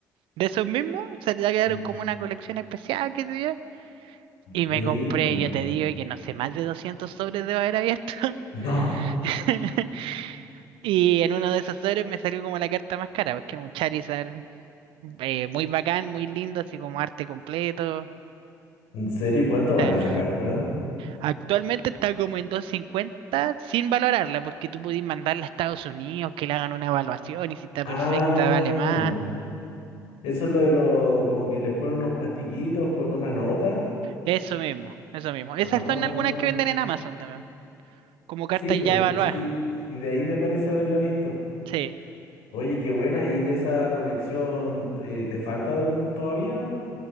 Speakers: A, on the right; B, on the left.
A: De esos mismos, se le quedaron
B: Mm,
A: como una colección especial, ¿qué sé yo. Y
B: Buena.
A: me compré, yo
B: <laughs>
A: te digo, y que no sé, más de 200 sobres debo haber abierto.
B: No.
A: <laughs> Y en uno de esos sobres me salió como la carta más cara, porque es un Charizard eh, muy bacán, muy lindo, así como arte completo.
B: ¿En serio? ¿Y cuánto
A: Eh,
B: vale esa carta?
A: Actualmente está como en 250 sin valorarla, porque tú pudiste mandarla a Estados Unidos, que le hagan una evaluación y si está
B: Ah,
A: perfecta vale más.
B: eso es lo de los, como que les ponen unos plastiquitos con una nota.
A: Eso mismo, eso mismo. Esas
B: Ah,
A: son algunas que venden en Amazon también, como cartas
B: sí, pues,
A: ya evaluadas.
B: sí, sí, de ahí me parece haberla visto.
A: Sí.
B: Oye, qué buena. ¿Y de esa colección eh, te faltan todavía